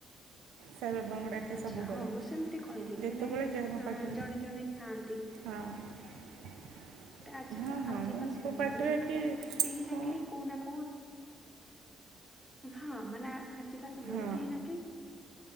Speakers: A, on the right (about 85°); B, in the centre.
A: ସାଇବାବାଙ୍କୁ ଡାକେ
B: ଆଚ୍ଛା
A: ସବୁବଳେ
B: ହଁ ମୁଁ ସେମିତି କହିଲି
A: ଯେତେବଳେ
B: କି ନାଇଁ
A: ଯେହୁଁ
B: ଅଁ,
A: ପାଖେ।
B: ଜଣେ ଜଣେ ଥାଆନ୍ତି
A: ହଁ।
B: ଗୋଟେ ଆଜିକା
A: ହଁ ହଁ
B: ଆଜିକା
A: ମୁଁ
B: ସମୟରେ
A: ଉପପାଟିରେ
B: ଦେଖ
A: କି
B: କେହି
A: କଣ
B: ନା କେହି କୋଉ ନା କୋଉ ହଁ ମାନେ ଆଜିକା ସମୟରେ
A: ହଁ
B: କେହି ନା କେହି